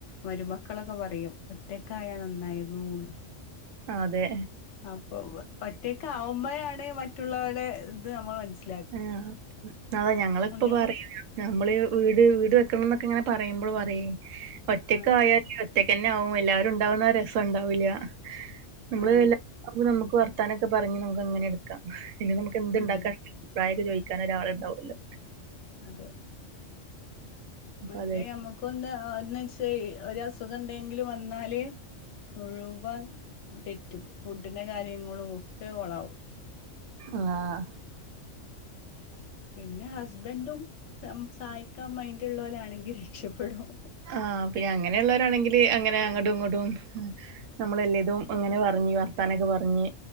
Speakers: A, on the left; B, on the right.
A: മരുമക്കളൊക്കെ പറയും ഒറ്റക്കായ നന്നായിയ്ന്നുന്ന്.
B: അതെ.
A: അപ്പൊ ഒറ്റക്കാവുമ്പഴാണ് മറ്റുള്ളവരുടെ ഇത് നമ്മൾ മനസ്സില.
B: ആ അതാ ഞങ്ങളെ ഇപ്പ
A: ഞമ്മ
B: പറയും. നമ്മള് വീട് വീട് വെക്കണന്നൊക്കെ ങ്ങനെ പറയുമ്പോൾ പറയും ഒറ്റക്കായ.
A: ആഹ്
B: ഒറ്റയ്ക്കന്നെ ആവുംഎല്ലാവരും ഉണ്ടാവുന്ന രസം ഉണ്ടാവില്ല നമ്മള്
A: ആഹ്
B: അത് നമുക്ക് വർത്താനൊക്കെ പറഞ്ഞഞ് നമുക്കങ്ങനെ എടുക്കാം പിന്നെ നമുക്ക് എന്ത്ണ്ടാക്കാ
A: ആഹ്
B: അഭിപ്രായക്കെ ചോയിക്കാനൊരാള് ണ്ടാവല്ലോ.
A: അതെ
B: അപ്പൊ
A: മറ്റേ
B: അതെ
A: നമ്ക്കൊന്ന് ആക്ന്ന്ച്ചെ ഒര സുഖന്തെങ്കിലും വന്നാല് മുഴുവൻ തെറ്റും ഫുഡിന്റെ കാര്യങ്ങളും ഒക്കെ കൊളാവും
B: ആഹ്
A: പിന്നെ ഹസ്ബൻഡും സം സഹായിക്കാൻ മയിന്റുള്ളോരാണെങ്കി രക്ഷപ്പെടും.
B: ആഹ പിന്നെ അങ്ങനെയുള്ളോ രാണെങ്കില് അങ്ങനെ അങ്ങോട്ടും ഇങ്ങോട്ടും. നമ്മളെല്ലേതും അങ്ങനെ പറഞ്ഞ് വർത്താനൊക്കെ പറഞ്ഞ്.